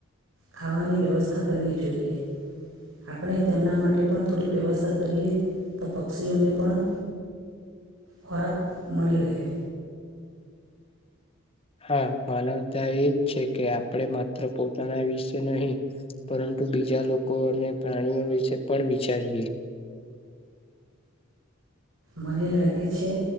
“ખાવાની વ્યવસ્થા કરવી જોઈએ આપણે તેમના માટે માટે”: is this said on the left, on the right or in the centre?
Right